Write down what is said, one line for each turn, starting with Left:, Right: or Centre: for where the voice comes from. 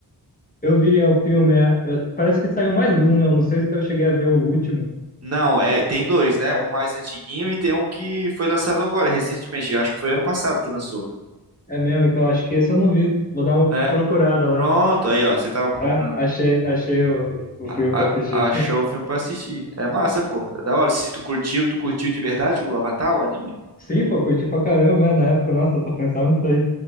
Left: Eu vi é, o filme, é, eu- parece que saiu mais um, né? Eu não sei se eu cheguei a ver o último.
Right: Não, é, tem dois, né?
Left: É,
Right: Um mais antiguinho e tem um que foi lançado agora, recentemente. Eu acho que foi ano passado que lançou.
Left: é mesmo, então acho que esse eu não vi. Vou dar uma
Right: É,
Left: procurada lá.
Right: pronto, aí ó, você tava procurando,
Left: É, achei, achei o, o
Right: a-
Left: filme
Right: a-
Left: pra assistir.
Right: achou o filme pra assistir. É massa, pô, é da hora. Se tu curtiu, tu curtiu de verdade o Avatar, o anime?
Left: Sim, pô, curti pra caramba, né? Na época, nossa, eu só pensava nisso aí.